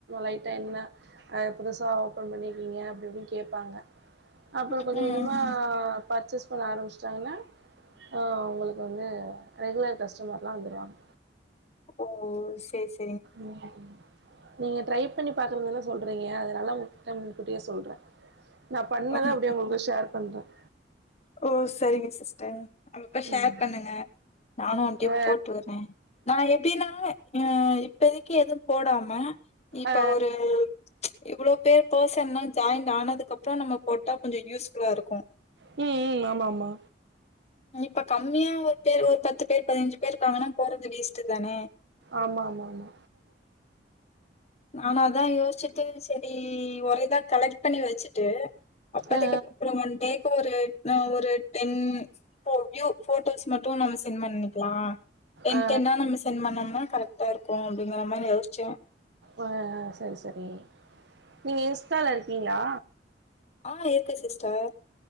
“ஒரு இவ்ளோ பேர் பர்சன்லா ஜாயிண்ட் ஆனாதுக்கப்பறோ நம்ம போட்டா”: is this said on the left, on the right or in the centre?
Left